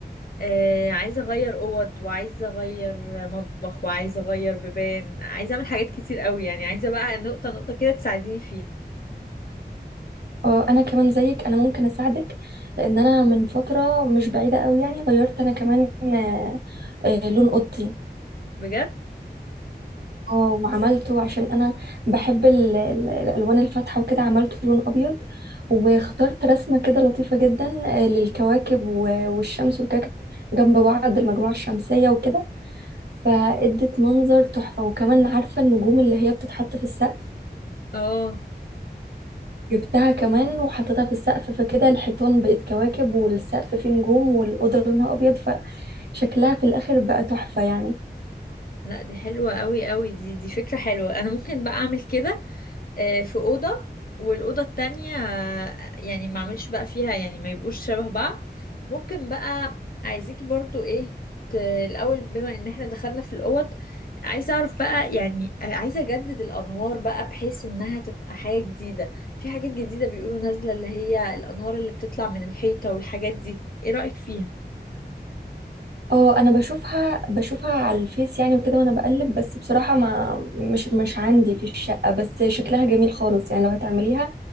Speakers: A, on the left (about 55°); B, on the right (about 70°).
A: آه عايزة أغير أوض وعايزة أغير مطبخ وعايزة أغير بيبان عايزة أعمل حاجات كتير قوي يعني عايزة بقى نقطة نقطة كده تساعديني فيها
B: اه انا كمان زيك انا ممكن اساعدك لان انا من فترة مش بعيدة قوي يعني غيرت انا كمان آه، آه، لون اوضتي
A: بجد
B: اه وعملته عشان انا بحب ال- ال- الالوان الفاتحة وكده عملته لون ابيض واخترت رسمة كده لطيفة جدا آه، للكواكب و- والشمس والكواكب جنب بعض المجموعة الشمسية وكده فادت منظر تحفة وكمان عارفة النجوم اللي هي بتتحط في السقف
A: اه
B: جبتها كمان وحطيتها في السقف فكده الحيطان بقت كواكب والسقف فيه نجوم والأوضة لونها أبيض فشكلها في الآخر بقى تحفة يعني
A: لا دي حلوة قوي قوي دي دي فكرة حلوة أنا ممكن بقى أعمل كده آه، في أوضة والأوضة التانية آه، يعني ما اعملش بقى فيها يعني ما يبقوش شبه بعض ممكن بقى عايزيكي برضو ايه ت- الأول بما ان احنا دخلنا في الأوض عايزة اعرف بقى يعني آه، عايزة اجدد الأنوار بقى بحيث انها تبقى حاجة جديدة في حاجات جديدة بيقولوا نازلة اللي هي الأنوار اللي بتطلع من الحيطة والحاجات دي ايه رأيك فيها؟
B: اه انا بشوفها بشوفها على الفيس يعني وكده وانا بقلب بس بصراحة ما مش مش عندي في الشقة بس شكلها جميل خالص يعني لو هتعمليها